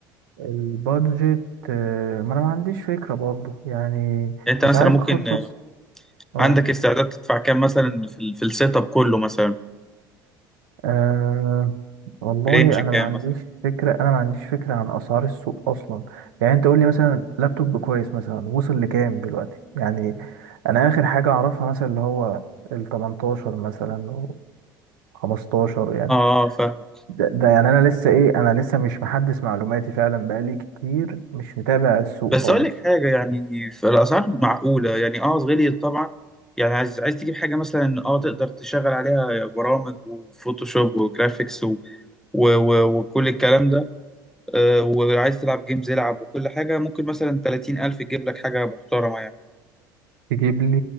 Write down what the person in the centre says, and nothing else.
يعني انت
مثلا
ممكن
آه،
عندك استعداد تدفع كام مثلا في ال- في السيت اب كله مثلا
رينج كام
مثلا
اه فاهمك
بس
اقول لك حاجه يعني في الاسعار معقوله يعني اه غليت طبعا يعني عايز عايز تجيب حاجه مثلا اه تقدر تشغل عليها برامج وفوتوشوب وجرافيكس و... و... و... وكل الكلام ده آه وعايز تلعب جيمز العب وكل حاجه ممكن مثلا 30000 تجيب لك حاجه محترمه يعني